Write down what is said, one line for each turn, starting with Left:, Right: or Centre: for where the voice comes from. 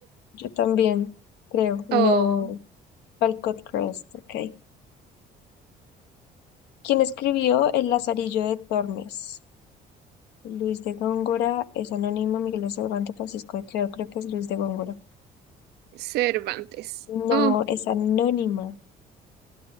Left: Yo también creo. No.
Right: Oh.
Left: Walcott Crest, ok. ¿Quién escribió El Lazarillo de Tormes? Luis de Góngora, es anónima Miguel de Cervantes, Francisco de Quevedo creo que es Luis de Góngora.
Right: Cervantes.
Left: No,
Right: Oh,
Left: es anónima.